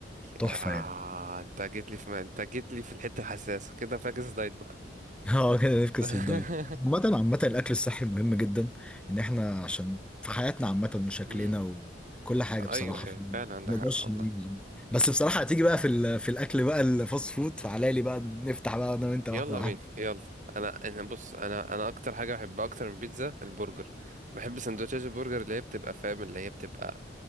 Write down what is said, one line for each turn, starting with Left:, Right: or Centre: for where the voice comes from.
Centre: تحفه
Right: آه،
Centre: يعني
Right: انت جيت لي في ما... انت جيت لي في الحته الحساسه كده فاكس دايت بقى
Centre: <laughs> اه كده نفكس
Right: <laughs>
Centre: للدايت عامة عامة الأكل الصحي مهم جدا إن إحنا عشان في حياتنا عامة وشكلنا
Right: مم.
Centre: وكل حاجة
Right: ايوه
Centre: بصراحة
Right: أيوة،
Centre: ف- ما
Right: فعلا عندك حق
Centre: نقدرش
Right: والله
Centre: نيجي بس بصراحة هتيجي بقى في ال- في الأكل بقى الفاست فود فعلى لي بقى نفتح بقى أنا وأنت
Right: يلا
Centre: واحدة واحدة
Right: بينا يلا انا انا بص انا انا اكتر حاجه بحبها اكتر من البيتزا البرجر بحب سندوتشات البرجر اللي هي بتبقى فاهم اللي هي بتبقى